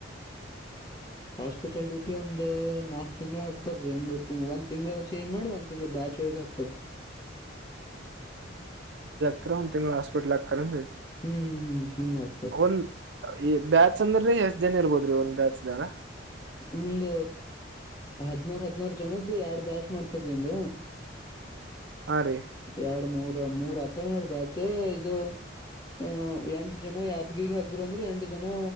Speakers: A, on the left; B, on the right.
A: <inaudible> ಹಾಸ್ಪಿಟಲ್ ಡ್ಯೂಟಿ ಒಂದ್ ನಾಕ್ ತಿಂಗ್ಳ ಹಾಕ್ತಾರರಿ ಹೆಂಗ್ ತಿಂಗ್ ಒಂದ್ ತಿಂಗಳು ಚೇಂಜ್ ಮಾಡಿ ಒಂದ್ ತಿಂಗ್ಳ ಬ್ಯಾಚ್ ವೈಸ್ ಹಾತಾರ
B: <inaudible> ಹತ್ರ ಒಂದ್ ತಿಂಗಳ ಹಾಸ್ಪಿಟ್ಲ್ ಹಾಕಂದಿ
A: ಹ್ಮ್ ಹ್ಮ್ ಹ್ಮ್ ಹಿಂಗ್ ಹಾಕ್ತಾರ
B: ಅವನ್ ಈ ಬ್ಯಾಚ್ ಅಂದ್ರೀ ಎಷ್ಟ್ ಜನ ಇರ್ಬೋದ್ರಿ ಒಂದ್ ಬ್ಯಾಚ್್ದಾಗ
A: ಹಂಗ ಹದ್ನಾರ ಹದ್ನಾರ ಜನದ ಎರಡ್ ಬ್ಯಾಚ್ ಮಾಡ್ತಾರ ಹಂಗ
B: ಹಾ ರೀ
A: ಎರಡು ಮೂರ್ ಮೂರ್ ಹತ್ತನೂರು ಬ್ಯಾಚು ಇದು ಅಹ ಎಂಟ ಜನ ಯಾತ್ಗಿಗ್ ಹಾಕ್ದ್ರ ಅಂದ್ರೆ ಎಂಟ ಜನ